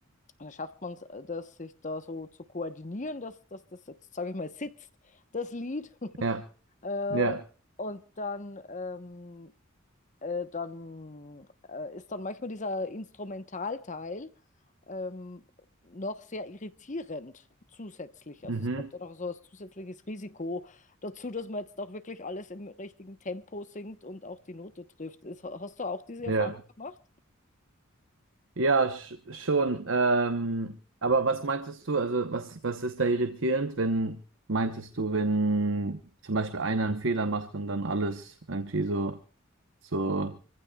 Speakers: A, on the left (about 35°); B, on the right (about 65°).
A: dann schafft man es, das sich da so zu koordinieren, dass, dass das jetzt, sage ich mal, sitzt, das Lied.
B: Ja,
A: <laughs> äh,
B: ja,
A: und dann ähm, äh, dann äh, ist dann manchmal dieser Instrumentalteil ähm, noch sehr irritierend zusätzlich. Also
B: mhm,
A: es kommt dann auch so ein zusätzliches Risiko dazu, dass man jetzt auch wirklich alles im richtigen Tempo singt und auch die Note trifft. Ist, hast du auch diese
B: ja.
A: Erfahrung gemacht?
B: Ja, sch schon. Ähm, aber was meintest du, also was, was ist da irritierend, wenn, meintest du, wenn zum Beispiel einer einen Fehler macht und dann alles irgendwie so, so
A: Hm.